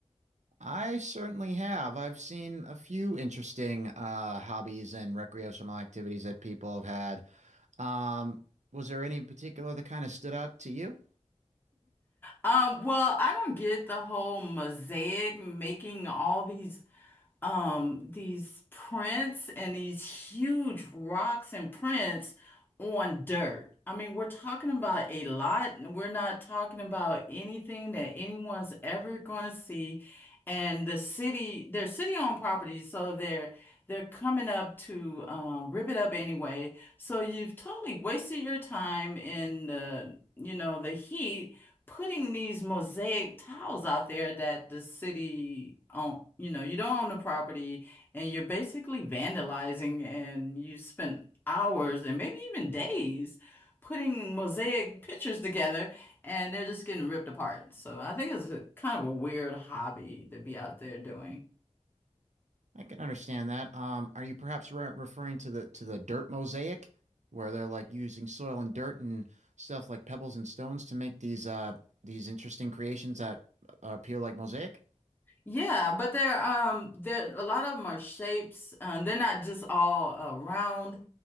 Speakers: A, on the right; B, on the left.
A: I certainly have. I've seen a few interesting uh, hobbies and recreational activities that people have had. Um, was there any in particular that kind of stood out to you?
B: Um, well, I don't get the whole mosaic making all these um these prints and these huge rocks and prints on dirt. I mean, we're talking about a lot. We're not talking about anything that anyone's ever going to see. And the city, they're city-owned properties, so they're they're coming up to um, rip it up anyway. So you've totally wasted your time in the, you know, the heat putting these mosaic tiles out there that the city own, you know, you don't own the property and you're basically vandalizing and you spent hours and maybe even days putting mosaic pictures together and they're just getting ripped apart. So I think it's a kind of a weird hobby to be out there doing.
A: I can understand that. Um, are you perhaps re referring to the to the dirt mosaic, where they're like using soil and dirt and stuff like pebbles and stones to make these uh these interesting creations that uh, appear like mosaic?
B: Yeah, but they're um they're a lot of them are shapes. Um, they're not just all uh, round,